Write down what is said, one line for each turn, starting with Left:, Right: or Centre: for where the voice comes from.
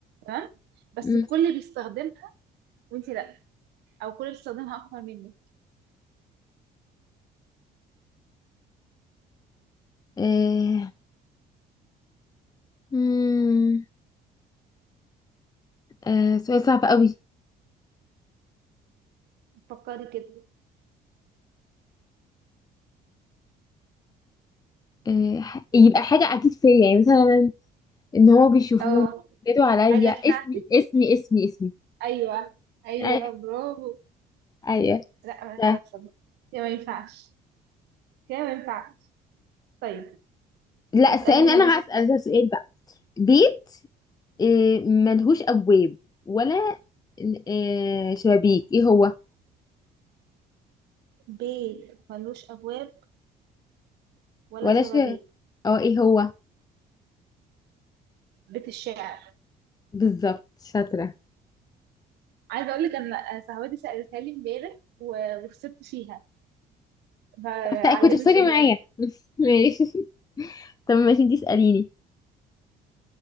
Right: تمام بس
Left: امم
Right: الكل بيستخدمها وانت لا او الكل بيستخدمها اكتر منك
Left: آه. مم. آه. سؤال صعب قوي
Right: فكري كده
Left: آه. ح- يبقى حاجه اكيد فيا يعني مثلا ان هو بيشوفوني
Right: اه
Left: بينادوا عليا
Right: حاجة
Left: اسمي
Right: بتاعتك
Left: اسمي اسمي اسمي
Right: ايوه ايوه
Left: ايوه
Right: برافو
Left: ايوه
Right: لا انا عايزة
Left: ده.
Right: اكسب بقى كده ما ينفعش كده ما ينفعش طيب
Left: لا
Right: اسأليني
Left: السؤال اللي انا
Right: انت
Left: هسأل ده سؤال بقى بيت آه، ملهوش ابواب ولا آه، شبابيك ايه هو
Right: بيت ملوش ابواب ولا
Left: ولا
Right: شبابيك
Left: ش... اه ايه هو
Right: بيت الشعر
Left: بالظبط شاطرة
Right: عايزه اقول لك ان صاحبتي سالتها لي امبارح و- وخسرت فيها فعلمت
Left: طب كنت بتسألي
Right: في دماغي
Left: معايا <laughs> ماشي طب ماشي انتي اسأليني